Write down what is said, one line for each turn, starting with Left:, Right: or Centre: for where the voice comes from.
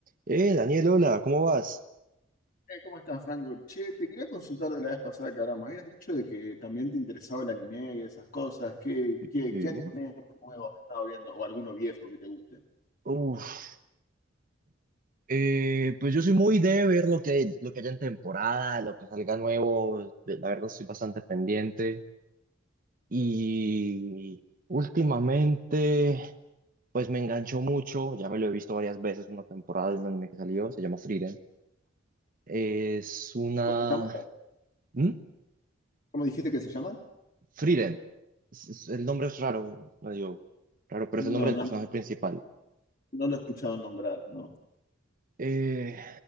Right: Eh, Daniel, hola, ¿cómo vas?
Left: Eh, ¿Cómo estás, Franco? Che, te quería consultar de la vez pasada que hablamos. Habías dicho de que también te interesaba el anime y esas cosas. ¿Qué,
Right: Sí,
Left: qué,
Right: sí.
Left: qué anime nuevo has estado viendo? ¿O alguno viejo que te guste?
Right: Uf, eh, pues yo soy muy de ver lo que, lo que haya en temporada, lo que salga nuevo, de- la verdad estoy bastante pendiente. Y últimamente, pues me enganchó mucho, ya me lo he visto varias veces, una temporada de un anime que salió, se llama Frieren. Es una...
Left: ¿Cómo se llama?
Right: ¿Mm?
Left: ¿Cómo dijiste que se llama?
Right: Frieren. Es- es- el nombre es raro, medio raro, pero
Left: No,
Right: es el nombre
Left: no,
Right: del personaje principal.
Left: no lo he escuchado nombrar, no.
Right: eh,